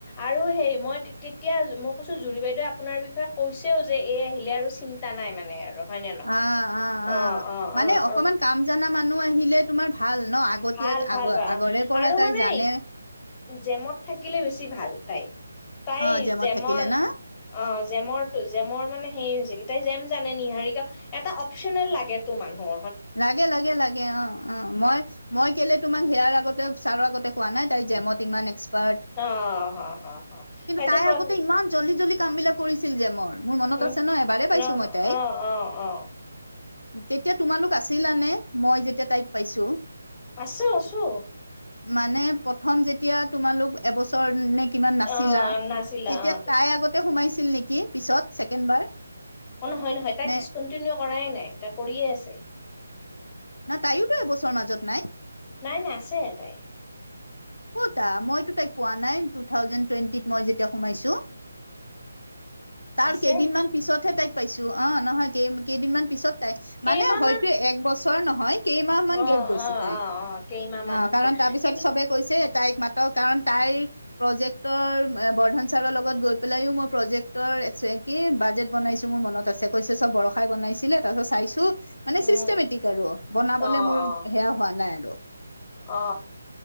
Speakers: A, on the left; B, on the left.
A: আৰু সেই মই তেতিয়া মোক কৈছোঁ জুৰি বাইদেৱে আপোনাৰ বিষয়ে কৈছেও যে, এই আহিলে আৰু চিন্তা নাই মানে আৰু। হয় ন নহয়?
B: আ, আ, আ,
A: অ অ
B: মানে
A: অ
B: অকমান
A: অ।
B: কাম জানা মানুহ আহিলে তোমাৰ ভাল ন আগতীয়া
A: ভাল ভাল
B: আগ
A: ভাল।
B: আগৰে পৰা
A: আৰু
B: তাই
A: মানে
B: জানে
A: জেমত থাকিলে বেছি ভাল তাই তাইৰ
B: অ জেমত
A: জেমৰ
B: থাকিলে না
A: অ জেমৰ টো জেমৰ মানে হেৰি হৈছে কি তাই জেম জানে নিহাৰীকা এটা অপচনেল লাগে তো মানুহ
B: লাগে লাগে লাগে অ অ মই মই কেলে তোমাক সেয়াৰ আগতে ছাৰৰ আগতে কোৱা নাই তাই জেমত ইমান এক্ পাৰ্ত।
A: অ হ হ হ
B: কিন্তু
A: তাইতো
B: তাই
A: প্ৰ
B: আগতে ইমান জলদি জলদি কাম বিলাক কৰিছিল যে মোৰ মোৰ মনত
A: উম
B: আছে ন এবাৰে পাইছোঁ
A: অ
B: মই তাইক
A: অ অ অ
B: তেতিয়া তোমালোক আছিলা নে মই যেতিয়া তাইক পাইছোঁ
A: আছোঁ আছোঁ
B: মানে প্ৰথম যেতিয়া তোমালোক এবছৰ নে কিমান নাছিলা
A: অ
B: তেতিয়া
A: নাছিলা অ
B: তাই আগতে সোমাইছিল নেকি পিছত ছেকেণ্ড বাৰ
A: অ নহয় নহয় তাই
B: নে
A: ডিচকণ্টিনিউ কৰাই নাই তাই কৰিয়ে আছে
B: নহ তাইও টো এবছৰ মাজত নাই
A: নাই নাই আছে এটাই
B: ক'তা মইতো তাইক পোৱা নাই টু থাউজেণ্ড টুৱেণ্টিত মই যেতিয়া সোমাইছো তাৰ
A: আছে
B: কেইদিনমান পিছতহে তাইক পাইছোঁ অ নহয় কেই কেইদিনমান পিছত তাই
A: কেইমাহ
B: মানে হয়তো
A: মান
B: এক বছৰ নহয় কেইমাহমান
A: অ
B: গেপ গৈছে
A: অ
B: তাই
A: অ অ কেইমাহ
B: অ
A: মান হৈছে
B: কাৰণ তাৰপিছত
A: কিন্তু
B: চবে কৈছে তাইক মাতক কাৰণ তাইৰ প্ৰজেক্টৰ বৰ্ধন ছাৰৰ লগত গৈ পেলাইও মই প্ৰজেক্ট তৰ কি বাজেট বনাইছো মোৰ মনত আছে কৈছে চব বৰষাই বনাইছিলে তাৰপিছত চাইছো মানে
A: উম
B: চিষ্টেমেটিক আৰু বনাবলে
A: অ অ
B: মোৰ সেয়া হোৱা নাই আৰু
A: অ